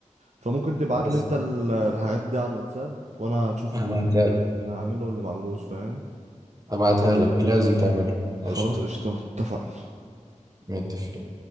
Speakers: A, on the right; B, on the right.
A: فممكن تبعت
B: بس
A: لي انت ال- الحاجات دي على الواتساب وانا اشوف
B: هبعتها
A: ال-
B: لك
A: اللي هعمله واللي ما عملوش فاهم
B: هبعتها لك لازم تعملها قشطة
A: خلاص قشطة اتفقنا
B: متفقين